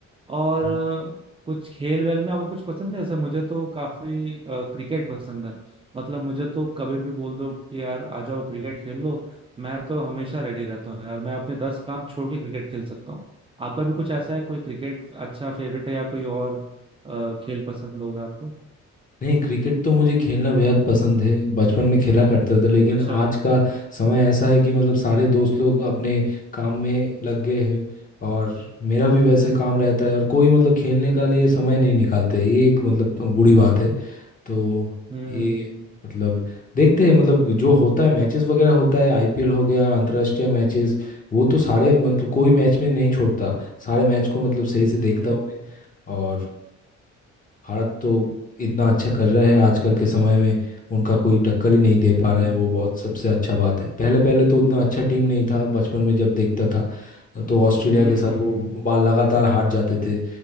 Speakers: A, on the right (about 20°); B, on the left (about 25°).
A: और
B: है
A: अ, कुछ खेल वेल में आपको कुछ पसंद है जैसे मुझे तो काफी अ, क्रिकेट पसंद है मतलब मुझे तो कभी भी बोल दो कि यार आ जाओ क्रिकेट खेल लो मैं तो हमेशा रेडी रहता हूँ यार मैं अपने दस काम छोड़ के क्रिकेट खेल सकता हूँ आपका भी कुछ ऐसा है कोई क्रिकेट अच्छा फेवरेट है या कोई और अ, खेल पसंद होगा आपको
B: नहीं क्रिकेट तो मुझे खेलना बेहद पसंद है बचपन में खेला करता था लेकिन
A: अच्छा
B: आज का समय ऐसा है कि मतलब सारे दोस्त लोग अपने काम में लग गए हैं और मेरा भी वैसे काम रहता है और कोई मतलब खेलने का लिए समय नहीं निकालते ये एक मतलब बुरी बात है तो
A: हम्म
B: ये मतलब देखते हैं मतलब जो होता है मैचेस वगैरह होता है आईपीएल हो गया अंतर्राष्ट्रीय मैचेस वो तो सारे मतलब कोई मैच में नहीं छोड़ता सारे मैच को मतलब सही से
A: हम्म
B: देखता
A: हम्म
B: हूँ मैं। और भारत तो इतना अच्छा कर रहे हैं आजकल के समय में उनका कोई टक्कर ही नहीं दे
A: हम्म
B: पा रहा है वो बहुत सबसे अच्छा बात है पहले पहले तो उतना अच्छा टीम नहीं था बचपन में जब देखता था तो ऑस्ट्रेलिया
A: हम्म
B: के साथ
A: हम्म,
B: वो
A: हम्म।
B: बाल लगातार हार जाते थे